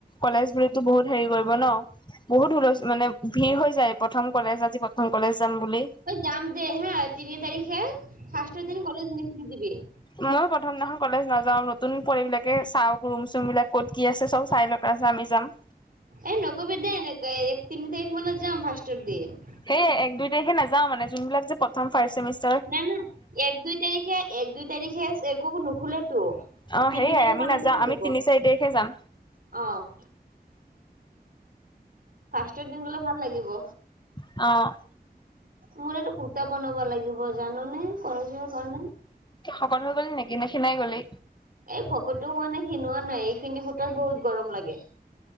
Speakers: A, on the left (about 25°); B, on the right (about 60°).
A: কলেজ বুলি বহুত হেৰি কৰিব ন। বহুত হুল মানে ভিৰ হৈ যায় প্ৰথম কলেজ আজি প্ৰথম কলেজ যাম বুলি।
B: অ', যাম দে হা তিনি তাৰিখে ফাৰ্ষ্টৰ দিন কলেজ নিচি দিবি।
A: মই প্ৰথম দিনাখন কলেজ নাযাও নতুন পঢ় বিলাকে চাওক ৰুম চুম বিলাক ক'ত কি আছে চব চাই লওক। তাৰ পিছত আমি যাম।
B: এ নকবি দেয এনেকে এক তিনি তাৰিখ মানত যাম ফাৰ্ষ্টৰ দিন।
A: সেই এক দুই তাৰিে নাওঁ মানে যোনবাক প্ৰথম ফাৰ্ষ্ট চেমিষ্টাৰ
B: নাই-নাই এক দুই তাৰিখে এক দুই তাৰিখে একো নুখোলেতো।
A: অ',
B: তিনি
A: সেয়াই
B: তাৰিখ
A: আমি
B: মানতে
A: নাযা
B: খুলিব
A: আমি তিনি চাৰি তাৰিখে যাম।
B: অ', ফাৰ্ষ্টৰ দিন গলে ভাল লাগিব।
A: অ',
B: মোৰ এতাঁ কুৰ্তা বনাবা লাগিব জানোনে কলেজৰ কাৰণে।
A: শকত হৈ গল নেকি নে, খিনাই গলি?
B: এই খকতো মানে শিনোৱা নাই এইখিনি সূত বহুত গৰম লাগে।